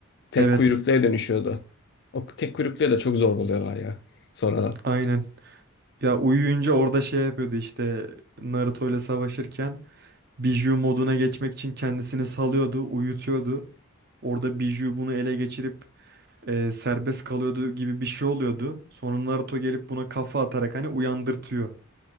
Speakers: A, on the left (about 55°); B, on the right (about 50°).
A: Tek
B: Evet,
A: kuyrukluya dönüşüyordu. O tek kuyrukluya da çok zor buluyorlar ya sonradan.
B: aynen. Ya uyuyunca orada şey yapıyordu işte Naruto ile savaşırken Biju moduna geçmek için kendisini salıyordu, uyutuyordu. Orada Biju bunu ele geçirip e, serbest kalıyordu gibi bir şey oluyordu. Sonra Naruto gelip buna kafa atarak hani uyandırtıyor.